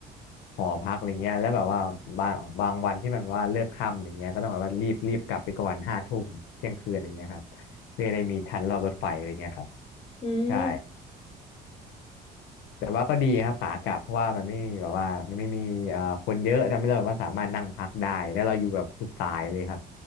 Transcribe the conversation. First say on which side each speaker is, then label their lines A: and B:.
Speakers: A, on the left; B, on the left.
A: หอพักอะไรเงี้ยแล้วแบบว่าบางบางวันที่มันแบบว่าเลิกค่ำอย่างเงี้ยก็ต้องแบบว่ารีบรีบกลับไปก่อนห้าทุ่มเที่ยงคืนอย่างเงี้ยครับเพื่อได้มีทันรอบรถไฟอะไรเงี้ยครับ
B: อืม
A: ใช่ แต่ว่าก็ดีครับขากลับเพราะว่ามันไม่มีแบบว่ามันไม่มีเอ่อคนเยอะทำให้เราแบบว่าสามารถนั่งพักได้แล้วเราอยู่แบบสุดสายเลยครับ